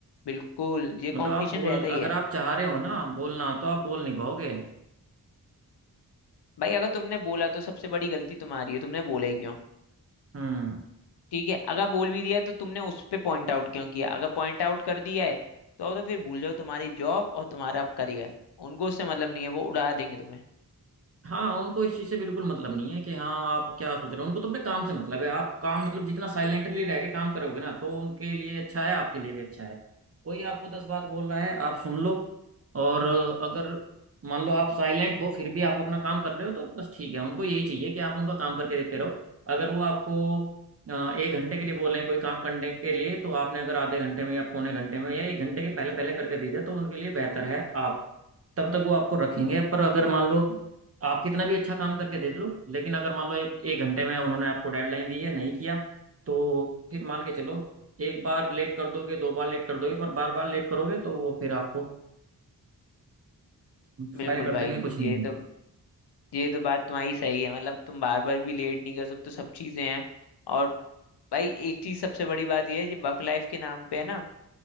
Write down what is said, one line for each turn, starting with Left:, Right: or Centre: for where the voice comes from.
Left: बिल्कुल ये
Right: मतलब
Left: कंपटीशन
Right: आप बोल
Left: रहता ही
Right: अगर
Left: है
Right: आप चाह रहे हो ना बोलना तो आप बोल नहीं पाओगे
Left: भाई अगर तुमने बोला तो सबसे बड़ी गलती तुम्हारी है तुमने बोला ही क्यों
Right: हम्म
Left: ठीक है अगर बोल भी दिया तो तुमने उस पे पॉइंट आउट क्यों किया अगर पॉइंट आउट कर दिया है तो तो फिर भूल जाओ तुम्हारी जॉब और तुम्हारा करियर उनको उससे मतलब नहीं है वो उड़ा देंगे तुम्हें
Right: हाँ उनको इस चीज से बिल्कुल मतलब नहीं है कि हाँ आप क्या सोच रहे हो उनको तो अपने काम से मतलब है आप काम मतलब जितना साइलेंटली रह के काम करोगे ना तो उनके लिए अच्छा है आपके लिए भी अच्छा है कोई आपको दस बात बोल रहा है आप सुन लो और अगर मान लो आप साइलेंट हो फिर भी आप अपना काम कर रहे हो तो बस ठीक है उनको यही चाहिए कि आप उनका काम करके देते रहो अगर वो आपको अ, एक घंटे के लिए बोल रहे हैं कोई काम करने के लिए तो आपने अगर आधे घंटे में या पौने घंटे में या एक घंटे के पहले पहले करके दे दिया तो उनके लिए बेहतर है आप तब तक वो आपको रखेंगे पर अगर मान लो आप कितना भी अच्छा काम करके दे दो लेकिन अगर मान लो एक एक घंटे में उन्होंने आपको डेडलाइन दी है नहीं किया तो फिर मान के चलो एक बार लेट कर दोगे दो बार लेट कर दोगे पर बार बार लेट करोगे तो वो फिर आपको
Left: बिल्कुल
Right: फायर कर
Left: भाई
Right: देंगे कुछ नहीं
Left: ये
Right: है
Left: तो ये तो बात तुम्हारी सही है मतलब तुम बार बार भी लेट नहीं कर सकते सब चीजें हैं और भाई एक चीज सबसे बड़ी बात ये है जी वर्क लाइफ के नाम पे है ना